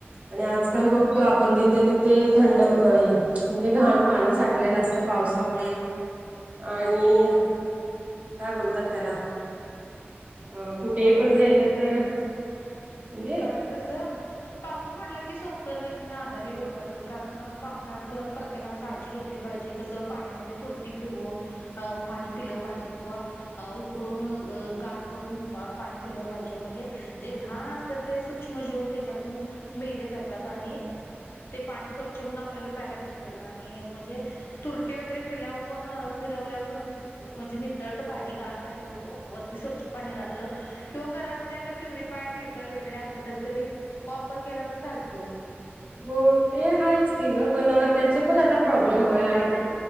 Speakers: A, on the right; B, on the left.
A: आणि आजकाल बघतो आपण जिथे तिथे थंड म्हणजे घाण पाणी साठ लेल असत पावसामुळे. आणि काय बोलतात त्याला. अ कुठेही
B: बरोबर
A: पण
B: आहे
A: गेलं तर म्हणजे
B: अंकस पाऊस म्हटला की संसर्गजन्य आजारी होतातच कारण पावसाळ्यात प्रत प्रत्येकनं काळजी घेतली पाहिजे कसं पाण्यामध्ये तुरटी फिरवून. अ पाणी पिलं पाहिजे किंवा उकळून गार करून पाणी पिलं पाहिजे म्हणजे जे घाण असतात ते सूक्ष्म जीवन त्याच्यातून मेले जातात आणि ते पाणी स्वच्छ होऊन आपल्याला प्यायला भेटल आणि म्हणजे तुरटी वगैरे पिल्यावर पण फिरवल्यावर पण म्हणजे नितळत पाणी गाळ खाली जात वरती स्वच्छ पाणी राहत. किंवा घरामध्ये आता प्युरिफाय फिल्टर वैगेरे असलं तर ते वापर केला तर चालत.
A: हो ते हायच की ग. पण त्याचे पण आता प्रॉब्लेम व्हायला लाग